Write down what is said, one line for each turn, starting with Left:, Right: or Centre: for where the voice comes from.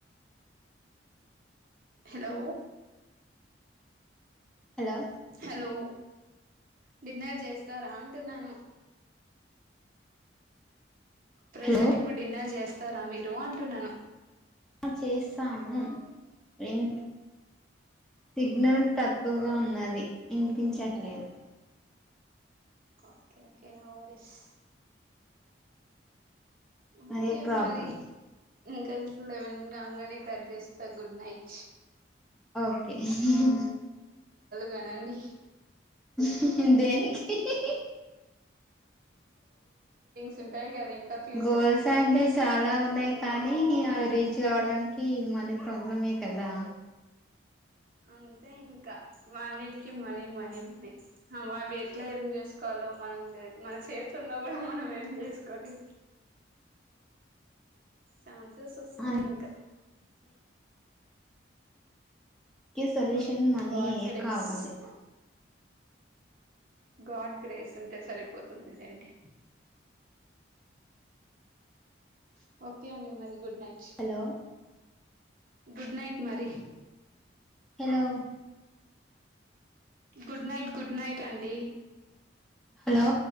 Right: హలో
Centre: హలో
Right: హలో డిన్నర్ చేస్తారా అంటున్నాను ప్రెజెంట్
Centre: హలో
Right: ఇప్పుడు డిన్నర్ చేస్ త్తర మీరు అంటున్నాను
Centre: ఆ చేస్తాము ఇన్ సిగ్నల్ తక్కువగా
Right: ఓకే
Centre: ఉన్నది ఇన్పించట్లేదు
Right: ఓకే ఓకే నో వరీస్ ఓకే
Centre: అదే ప్రాబ్లం
Right: మరి ఇంకా <unintelligible> లెవెన్ కాంగానే కట్ చేస్తా గుడ్ నైట్
Centre: ఓకే హె హె
Right: గనండి
Centre: హు హు దేనికి హె హె
Right: చింటాయి కా కాఫీ
Centre: గోల్స్ అంటే చాలా ఉన్నాయి కానీ అవి రీచ్ కావడానికి మది ప్రాబ్లమే కదా
Right: అంతే ఇంకా వాన్నిటికి మనీ మనీ మనీ మావి ఎట్లా ఏం చేసుకోవాలో మనం మన చేతిలున్నా కూడా మనం ఏం చేసుకోవాలి చాన్సెస్ వస్తాయి
Centre: అన్నిటికీ
Right: ఇంకా
Centre: సొల్యూషన్ మనీయే
Right: గాడ్ గ్రేస్
Centre: కావాలి
Right: గాడ్ గ్రేస్ ఉంటే సరిపోతుంది లేండి <inaudible> ఓకే అండి మరి good night
Centre: hello
Right: good night మరి
Centre: hello
Right: good night good night టెండి
Centre: హలో